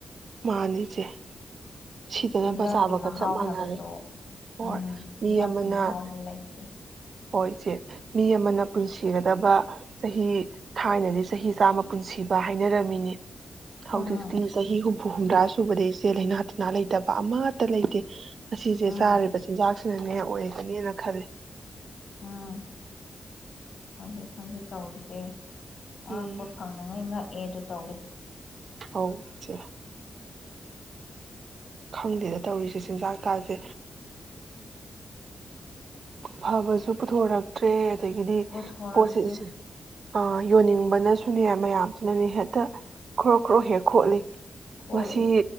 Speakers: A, on the right; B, on the left.
A: ꯃꯥꯅꯤ ꯏꯆꯦ ꯁꯤꯗꯅꯕ
B: ꯆꯤꯟꯖꯥꯛꯀꯤ
A: ꯆꯥꯕꯒ
B: ꯃꯍꯥꯎ
A: ꯆꯞ ꯃꯥꯟꯅꯔꯦ
B: ꯍꯥꯏꯕꯗꯣ
A: ꯍꯣꯏ
B: ꯎꯝ ꯆꯤꯟꯖꯥꯛꯀꯤ
A: ꯃꯤ ꯑꯃꯅ
B: ꯃꯍꯥꯎꯗꯣ ꯂꯩꯇꯦ
A: ꯍꯣꯏ ꯏꯆꯦ ꯃꯤ ꯑꯃꯅ ꯄꯨꯟꯁꯤꯒꯗꯕ ꯆꯍꯤ ꯊꯥꯏꯅꯗꯤ ꯆꯍꯤ ꯆꯥꯝꯃ ꯄꯨꯟꯁꯤꯕ ꯍꯥꯏꯅꯔꯝꯃꯤꯅꯤ ꯍꯧꯖꯤꯛꯇꯤ
B: ꯎꯝ
A: ꯆꯍꯤ ꯍꯨꯝꯐꯨ ꯍꯨꯝꯗ꯭ꯔꯥ ꯁꯨꯕꯗ ꯏꯆꯦ ꯂꯩꯅꯥ ꯇꯤꯟꯅꯥ ꯂꯩꯇꯕ ꯑꯃꯠꯇ ꯂꯩꯇꯦ ꯑꯁꯤꯁꯦ
B: ꯎꯝ
A: ꯆꯥꯔꯤꯕ ꯆꯤꯟꯖꯥꯛꯁ ꯑꯗꯨꯅꯦ ꯑꯣꯏꯒꯅꯦꯅ ꯈꯜꯂꯤ
B: ꯎꯝ ꯈꯪꯗꯦ ꯈꯪꯗꯦ ꯇꯧꯔꯤꯁꯦ ꯑꯉꯛꯄ
A: ꯎꯝ
B: ꯐꯪꯗꯥꯉꯩ ꯉꯛꯏ ꯑꯦ ꯑꯗꯨ ꯇꯧꯔꯤ
A: ꯍꯧꯁꯦ ꯈꯪꯗꯦꯅ ꯇꯧꯔꯤꯁꯦ ꯆꯤꯟꯖꯥꯛꯀꯥꯗꯦ ꯐꯕꯁꯨ ꯄꯨꯊꯣꯔꯛꯇ꯭ꯔꯦ ꯑꯗꯒꯤꯗꯤ
B: ꯄꯨꯊꯣꯔꯛꯇ꯭ꯔꯤ
A: ꯄꯣꯠꯁꯤꯁꯦ ꯑ ꯌꯣꯟꯅꯤꯡꯕꯅꯁꯨꯅꯦ ꯃꯌꯥꯝꯁꯤꯅꯅꯦ ꯍꯦꯛꯇ ꯈ꯭ꯔꯣ ꯈ꯭ꯔꯣ ꯍꯦꯛ ꯈꯣꯠꯂꯤ
B: ꯈꯣꯠꯂꯤ
A: ꯃꯁꯤ